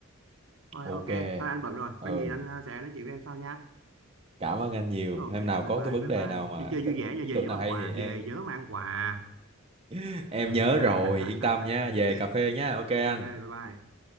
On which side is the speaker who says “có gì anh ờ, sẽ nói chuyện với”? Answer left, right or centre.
Right